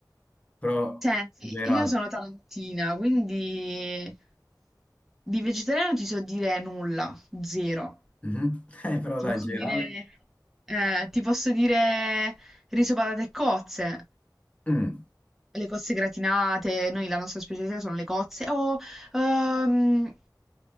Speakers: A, on the left (about 15°); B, in the centre.
A: però
B: Senti,
A: in generale.
B: io sono tarantina, quindi di vegetariano ti so dire nulla, zero.
A: Mhm. <laughs> Eh, però
B: Ti
A: dai,
B: posso
A: in generale.
B: dire, eh, ti posso dire riso, patate e cozze,
A: Mm.
B: le cozze gratinate, noi la nostra specialità sono le cozze, o ehm, eh,